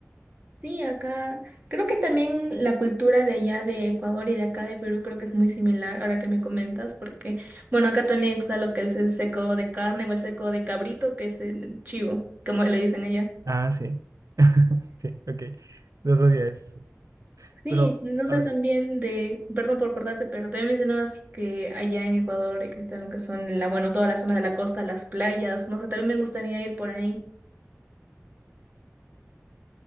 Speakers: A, on the right; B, on the right.
A: Sí, acá creo que también la cultura de allá de Ecuador y de acá de Perú creo que es muy similar ahora que me comentas, porque bueno, acá también está lo que es el seco de carne o el seco de cabrito, que es el chivo, como le dicen allá.
B: Ah, sí. <laughs> Sí, ok. No sabía eso.
A: Sí,
B: Pero,
A: no sé
B: a ver,
A: también de, perdón por cortarte, pero también mencionabas que allá en Ecuador existen lo que son la, bueno, toda la zona de la costa, las playas, no sé, también me gustaría ir por ahí.